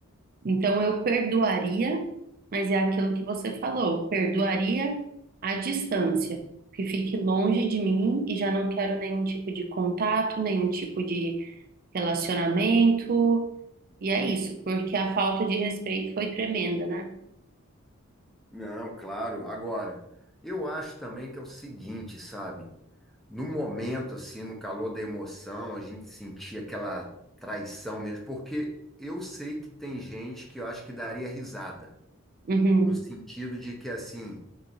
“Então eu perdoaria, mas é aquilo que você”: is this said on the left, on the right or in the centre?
Right